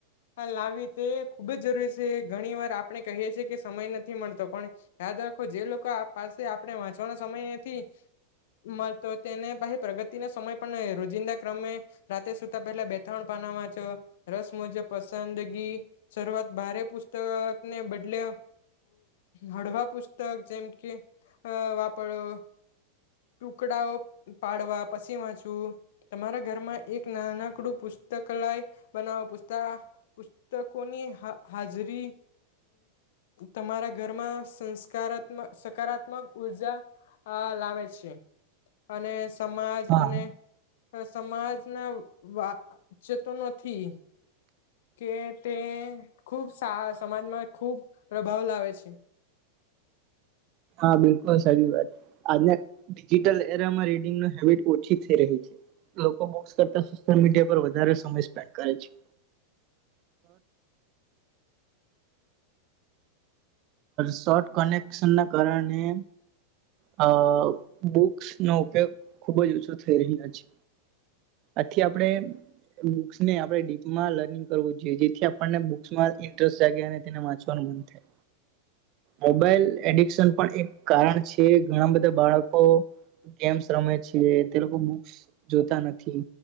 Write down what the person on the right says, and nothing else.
હા
હા, બિલકુલ સારી વાત આજના ડિજિટલ એરામાં રીડંગ હેબિટ ઓછી થઈ રહી છે, લોકો બક્સ કરતા સોશલ મીડિયા પર વધારે સમય સ્પેન્ડ કરે છે શોર્ટ કનેક્શન ના કારણે અ બુક્સ નો ઉપયોગ ખુબ જ ઓછો થઈ રહ્યો છે આથી આપણે બુકસને આપણે ડીપમાં લર્નિંગ કરવું જોઈએ જેથી આપણને બસમાં ઇન્ટરેસ્ટ જાગે અને તેને વાંચવાનું મન થાય મોબાઈલ એડિકશન પણ એક કારણ છે ઘણા બધા બાળકો ગેમ્સ રમે છે તે લોકો બુક્સ જોતા નથી